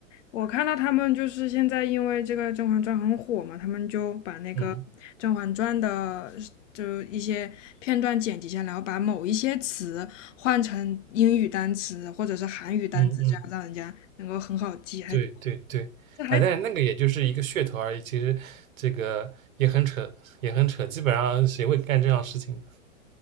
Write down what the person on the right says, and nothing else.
嗯
嗯嗯，
对对对，
哎，但是那个也就是一个噱头而已，其实这个也很扯，也很扯，基本上谁会干这样事情的？